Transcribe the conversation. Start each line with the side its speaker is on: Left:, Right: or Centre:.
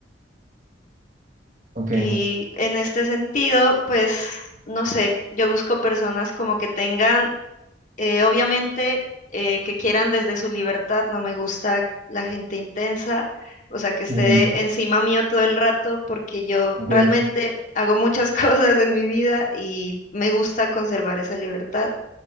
Right: Ok,
Left: Y en este sentido, pues, no sé, yo busco personas como que tengan Eh, obviamente eh, que quieran desde su libertad, no me gusta la gente intensa, o sea, que esté
Right: ujú,
Left: encima mío todo el rato, porque yo
Right: ok.
Left: realmente hago muchas <laughs> cosas en mi vida y me gusta conservar esa libertad,